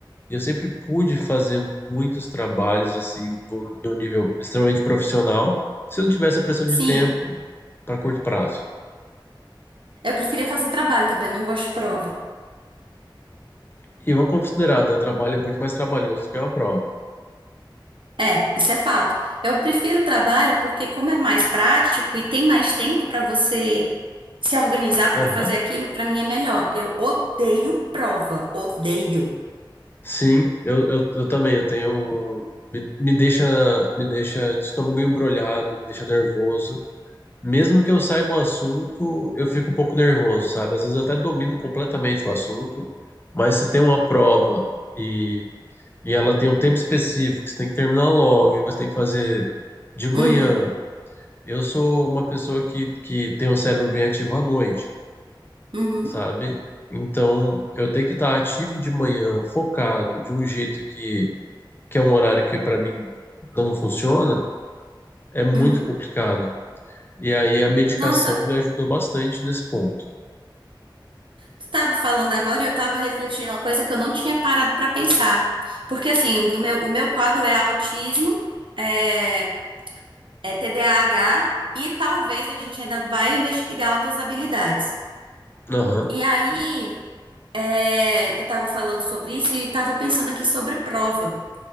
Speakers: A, on the left; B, on the right.
A: e eu sempre pude fazer muitos trabalhos assim, de um, de um nível extremamente profissional, se eu não tivesse a pressão
B: sim.
A: de tempo para curto prazo.
B: Eu preferia fazer trabalho também, eu não gosto de prova.
A: E vamos considerar, né? Trabalho é muito mais trabalhoso do que uma prova.
B: É, isso é fato. Eu prefiro o trabalho porque, como é mais prático e tem mais tempo pra você se organizar
A: Aham.
B: pra fazer aquilo, pra mim é melhor. Eu odeio prova, odeio.
A: Sim, eu, eu, eu também, eu tenho. Me, me deixa, me deixa de estômago embrulhado, me deixa nervoso. mesmo que eu saiba o assunto, eu fico um pouco nervoso, sabe? Às vezes eu até domino completamente o assunto, mas se tem uma prova e, e ela tem um tempo específico, que você tem que terminar logo, e você tem que fazer de manhã.
B: Uhum,
A: Eu sou uma pessoa que, que tem o cérebro bem ativo à noite,
B: uhum,
A: sabe? Então, eu tenho que estar ativo de manhã, focado, de um jeito que, que é um horário que para mim não funciona, é muito
B: uhum.
A: complicado. E aí a medicação
B: Nossa,
A: me ajudou bastante nesse ponto.
B: tu tava falando agora e eu tava refletindo uma coisa que eu não tinha parado pra pensar. Porque, assim, no meu, o meu quadro é autismo. é, é TDAH e talvez a gente ainda vai investigar outras habilidades.
A: Aham,
B: E aí, é, tu estava falando sobre isso e estava pensando aqui sobre prova,